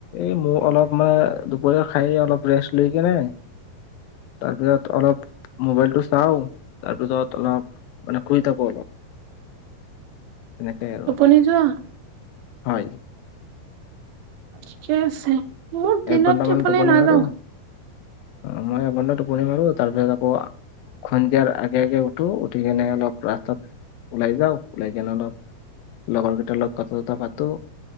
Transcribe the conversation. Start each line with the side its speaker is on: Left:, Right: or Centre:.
Left: এই মোৰ অলপ মানে দুপৰীয়া খাই অলপ ৰেষ্ট লৈ কেনে, তাৰপিছত অলপ মোবাইলটো চাওঁ, তাৰপিছত অলপ, মানে শুই থাকো অলপ। তেনেকে আৰু
Right: টোপনি যোৱা?
Left: হ'য়।
Right: ঠিকে আছে। মোৰ
Left: এক
Right: দিনত
Left: ঘন্টামান
Right: টোপনি নাযাওঁ।
Left: মাৰো অ', মই এক ঘণ্টা টোপনি মাৰো, তাৰ পিছত আকৌ খনজাৰ আক আগে আগে উঠু। উঠি কেনে অলপ ৰাস্তাত ওলাই যাওঁ। ওলাই কিনে অলপ লগৰ কেইটাৰ লগত কথা পাতো।